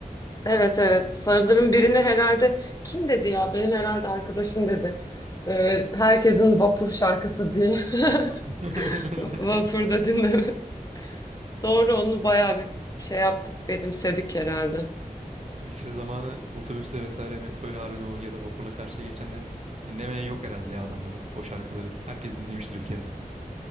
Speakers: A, on the left; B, on the right.
A: Evet evet. Sarıların birini herhalde kim dedi ya? Benim herhalde arkadaşım dedi. Ee, herkesin vapur şarkısı diye. <laughs>
B: <laughs>
A: Vapurda dinleme. <laughs> Doğru onu bayağı bir şey yaptık, benimsedik herhalde.
B: Lise zamanı otobüsle vesaire metroyla harbiden o ya da vapurla karşıya geçenden dinlemeyen yok herhalde ya adamları. O şarkıları herkes dinlemiştir bir kere.